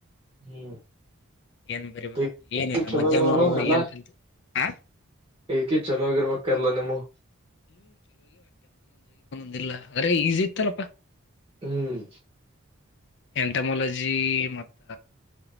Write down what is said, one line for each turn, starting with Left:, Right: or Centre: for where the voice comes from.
Right: ಹ್ಮ್.
Left: ಏನ್ ಬರಿಬೇಕು
Right: ಟ್ಟಿ ನಿಕಿ
Left: ಏನಿಲ್ಲ
Right: ಚಲೋ
Left: ಮಧ್ಯಮ
Right: ಆಗ್ಯಾವನು
Left: ವರ್ಗದ
Right: ಎಲ್ಲಾ
Left: ಏನ್ ಕಲ್ತಿ ಹ
Right: ಈಕಿ ಚಲೋ ಆಗಿರ್ಬೇಕ ಎಲ್ಲ ನಿಮ್ಮ್ವು.
Left: ರ್ದಿಲ್ಲಾ ಅರೇ ಈಝಿ ಇತ್ತಲ್ಲಪ್ಪಾ.
Right: ಹ್ಮ್.
Left: ಎಂಟಮ್ಟಾಲಜಿ ಮತ್ತ